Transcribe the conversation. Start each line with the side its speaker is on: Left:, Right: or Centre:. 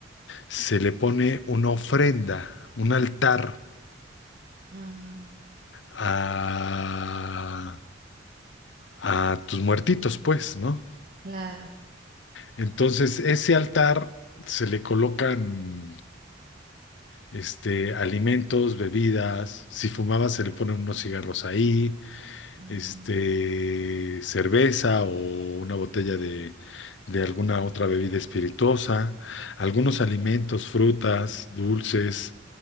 Left: se le pone una ofrenda, un altar
Right: ujú,
Left: a, a tus muertitos, pues, ¿no?
Right: claro.
Left: Entonces, ese altar se le colocan este, alimentos, bebidas, si fumaba se le ponen unos cigarros ahí,
Right: mm,
Left: este, cerveza o una botella de, de alguna otra bebida espirituosa, algunos alimentos, frutas, dulces,